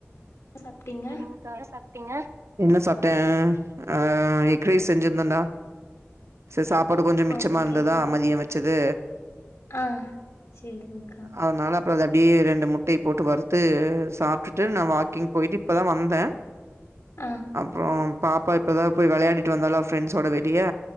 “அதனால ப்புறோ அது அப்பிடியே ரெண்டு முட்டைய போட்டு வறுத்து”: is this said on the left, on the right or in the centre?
Right